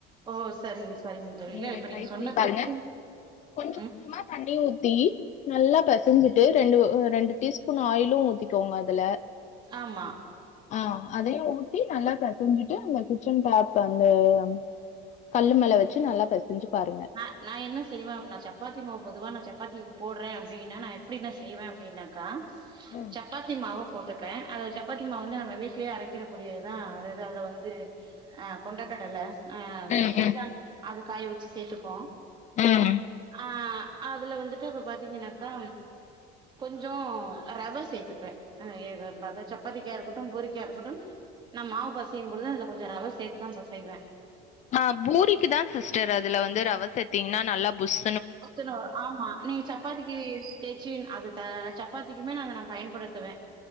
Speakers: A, on the right; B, on the left.
A: ஓ சரிங்க சரிங்க தோழி
B: நீங்க
A: இல்ல இப்ப
B: ட்ரை பண்ணி
A: சொன்ன
B: பாருங்க
A: டிப்ஸு
B: கொஞ்சம்
A: ம்
B: கொஞ்சமா தண்ணி ஊத்தி நல்லா பெசஞ்சு ரெண்டே ரெண்டு ஒர் ரெண்டு டீ ஸ்பூன் ஆயிலும் ஊத்திக்கோங்க அதுல
A: ஆமா
B: ஆ அதையும் ஊத்தி நல்லா பெசஞ்சிட்டு அந்த கிச்சன் ப சந்தேகம் கல்லு மேல வச்சு நல்லா பெசஞ்சு பாருங்க
A: ஆ நா என்ன செய்வ அப்னா சப்பாத்தி மாவு பொதுவா நா சப்பத்திக்கு போடறே அப்டின்னா நா எப்படி நா செய்வே அப்டின்னாக்கா
B: ம்
A: சப்பாத்தி மாவு போட் டுப்பே அது சப்பாத்தி மாவு வந்து நம்ம வீட்லயே அரைக்கிறக் கூடியதுதா அதாது அதுல வந்து ஆ கொண்டக்கடலை ஆ அது
B: ம்
A: சிறுதானி அத காய வெச்சு சேத்து ப்போ
B: ம்
A: ஆ அதுல வந்துட்டு இப்ப பாத்திங்கனாக்கா கொஞ்ச ரவ சேத்துப்பே ஏதாந்தா சப்பாத்திக்கா இருக்கட்டும் பூரிக்கா இருக்கட்டும் நா மாவு பெசையும் பொழுது அதுல கொஞ்ச ரவ சேத்துதா பெசைவே
B: ஆ பூரிக்குதா சிஸ்டர் அதுல வந்து ரவ சேத்திங்னா நல்லா புஷ்
A: புஸ்ஸுனு வரு ஆமா நீங்க சப்பாத்திக்கு தேச்சி அது அ சப்பாத்திக்குமே நா அத நா பயன்படுத்துவே